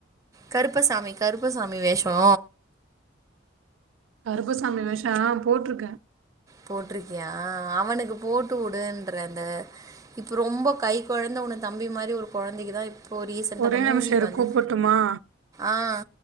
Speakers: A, on the right; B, on the right.
A: கருப்பசாமி கருப்பசாமி வேஷோ
B: கருப்பசாமி வேஷ போட்ருக்கே
A: போட்டிருக்கியா அவனுக்கு போட்டுவுடுனறல இப்ப ரொம்ப கை குழந்த உன் தம்பி மாரி ஒரு குழந்தைக்குதா இப்போ ரீசண்டா
B: ஒரே
A: அந்த மூவி
B: நிமிஷம் இரு
A: வந்து
B: கூப்புட்டுமா
A: ஆஹ்